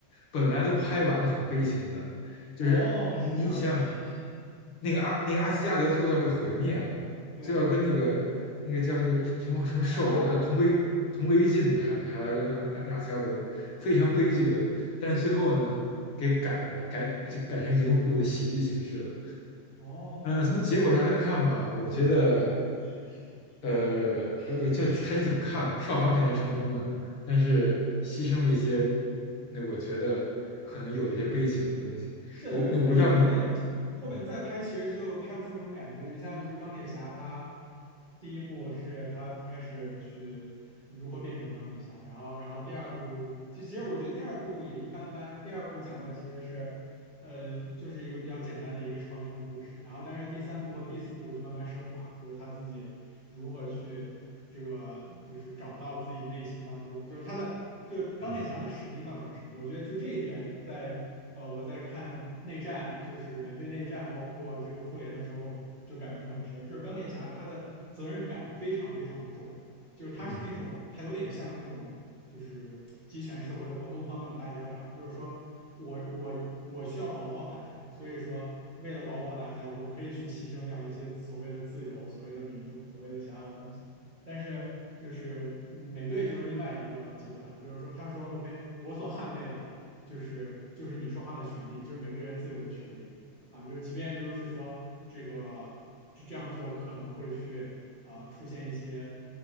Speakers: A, on the left; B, on the right.
A: 本来都拍完了，很悲情的，就是你想
B: 哦，是这样子啊，
A: 那个阿那个阿斯加德最后要被毁灭了，
B: 对，
A: 就要跟那个那个叫那个什么什么兽要同归同归于尽的，
B: 海拉，
A: 还还来跟阿阿斯加德，非常悲剧的。但是最后呢，给改了，改就改成银护的喜剧形式了。
B: 哦，
A: 嗯呃，从结果上来看吧，我觉得，呃呃，就看你怎么看，票房肯定是成功了，但是牺牲了一些，那我觉得可能有一些悲情的东西。
B: 是。是的，
A: 我我不知道你，
B: 而且因为他后边后边再拍，
A: 嗯
B: 其实就拍不出那种感觉。你像就是钢铁侠，他第一部是他开始去如何变成钢铁侠，然后然后第二部，就其实我觉得第二部也一般般。第二部讲的其实是，呃，就是一个比较简单的一个超英的故事。然后但是第三部和第四部就慢慢升华，就是他自己如何去这个就是找到自己内心当中，就是他的。就钢铁侠的使命到底是什么？
A: 嗯
B: 我觉得就这一点，在呃，我在看内战，就是美队内战，包括这个复联的时候，就感触很深。就是钢铁侠他的责任感非常非常的重，就是他是那种他有点像那种就是集权社会或东方那种大家长，
A: 嗯。
B: 就是说我我我需要保护好大家，所以说为了保护好大家，我可以去牺牲掉一些所谓的自由、所谓的民主、所谓的其他的东西。但是就是嗯美队就是另外一个极端，就是说他说 OK，我所捍卫的。就是就是你说话的权利，就是每个人自由的权利啊，就是即便就是说这个这这样做可能会去啊、呃出现一些